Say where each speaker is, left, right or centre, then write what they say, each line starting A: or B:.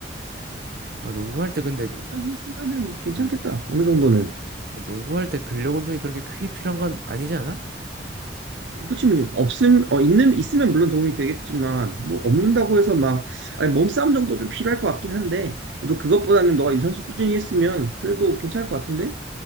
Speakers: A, on the right; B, on the right.
A: 아, 농구할 때
B: 그래서
A: 근데
B: 뭐이 선수 있으면은 괜찮겠다.
A: 음,
B: 어느 정도는.
A: 뭐 농구할 때 근력 운동이 그렇게 크게 필요한 건 아니지 않아?
B: 그치, 뭐, 없음, 어, 있는, 있으면 물론 도움이 되겠지만, 뭐, 없는다고 해서 막, 아니, 몸싸움 정도 좀 필요할 것 같긴 한데, 그래도 그것보다는 너가 유산소 꾸준히 했으면 그래도 괜찮을 것 같은데?